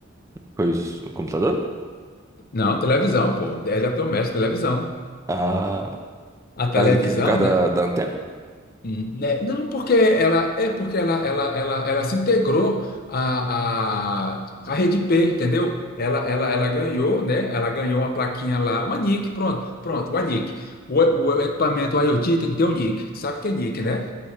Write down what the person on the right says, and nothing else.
Pois o computador?
Ah,
por causa do quê? Por causa
da, da antena?